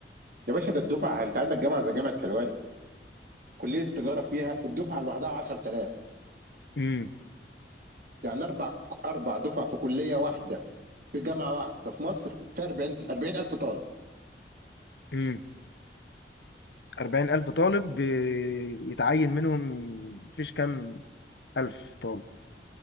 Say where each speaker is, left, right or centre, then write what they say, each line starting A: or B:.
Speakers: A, on the right; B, on the left.
A: يا باشا ده الدفعه انت عندك جامعه زي جامعه حلوان كليه التجاره فيها الدفعه لوحدها 10000
B: امم
A: يعني اربع اربع دفع في كليه واحده في جامعه واحده في مصر فيها 40 40000 طالب
B: امم 40 الف طالب ب- يتعين منهم مفيش كام الف طالب